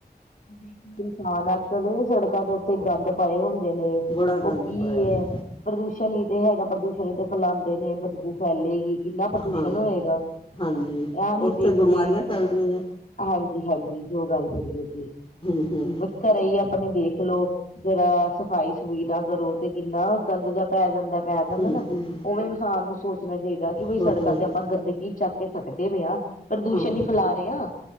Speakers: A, on the left; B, on the left.
A: ਉਹ ਵੇਖਣ ਇਨਸਾਨ ਆ, ਅੱਜ-ਕੱਲ ਸੜਕਾਂ ਤੋਂ ਤੇ ਗੰਦ ਪਾਏ ਹੁੰਦੇ ਨੇ,
B: ਬੜਾ
A: ਉਹ
B: ਗੰਦ
A: ਕੀ
B: ਪਾਇਆ ਉਹਨੇ
A: ਐ ਪ੍ਰਦੂਸ਼ਣ ਹੀ ਤੇ ਹੈਗਾ, ਪ੍ਰਦੂਸ਼ਣ ਹੀ ਤੇ ਫੈਲਾਦੇ ਨੇ। ਬੂ ਫੈਲੇਗੀ, ਕਿੰਨਾ ਪ੍ਰਦੂਸ਼ਣ
B: ਹਾਂ
A: ਹੋਏਗਾ,
B: ਹਾਂਜੀ
A: ਐ ਨੀ
B: ਉੱਥੇ
A: ਦੇਖਦੇ
B: ਬਿਮਾਰੀਆਂ
A: ਕਿ
B: ਫੈਲਦੀਆਂ ਨੇ
A: ਹਾਂਜੀ ਹਾਂਜੀ, ਜੋ ਗੱਲ ਕਰੀਏ ਜੀ।
B: ਹੂੰ ਹੂੰ।
A: ਘਰੇ ਹੀ ਆਪਣੇ ਦੇਖਲੋ, ਜ਼ਰਾ ਸਫ਼ਾਈ ਸਫੁਈ ਨਾ ਕਰੋ ਤੇ ਕਿੰਨਾ ਗੰਦ ਜ ਪੈ ਜਾਂਦਾ ਪੈ ਜਾਂਦਾ
B: ਹੂੰ
A: ਨਾ,
B: ਹੂੰ
A: ਓਵੇਂ ਇਨਸਾਨ ਨੂੰ ਸੋਚਣਾ ਚਾਹੀਦਾ ਕਿ ਬਈ
B: ਸੋਚਣਾ
A: ਸੜਕਾਂ ਤੇ ਆਪਾਂ
B: ਚਾਹੀਦਾ
A: ਗੰਦਗੀ ਕੀ ਚੱਕ ਕੇ ਸਕਦੇ ਪਏ ਆ, ਪ੍ਰਦੂਸ਼ਣ
B: ਹਾਂ
A: ਹੀ ਫੈਲਾ ਰਹੇ ਆ।